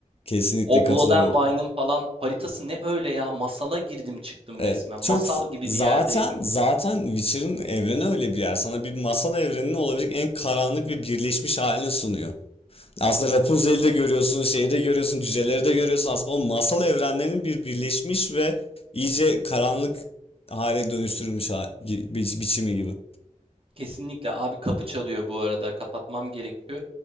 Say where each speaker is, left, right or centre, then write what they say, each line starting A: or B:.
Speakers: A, on the left; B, on the right.
A: Kesinlikle
B: O
A: katılıyorum.
B: Blood and Wine'ın falan haritası ne öyle ya? Masala girdim çıktım
A: Evet.
B: resmen. Masal
A: Çok f-
B: gibi
A: zaten
B: bir yerdeydim.
A: zaten Witcher'ın evreni öyle bir yer. Sana bir masal evreninin olabilecek en karanlık ve birleşmiş halini sunuyor. Aslında Rapunzel'i de görüyorsun, şeyi de görüyorsun, cüceleri de görüyorsun. Aslında o masal evrenlerinin bir birleşmiş ve iyice karanlık hale dönüştürülmüş ha- bi- biçimi gibi.
B: Kesinlikle abi kapı çalıyor bu arada. Kapatmam gerekiyor.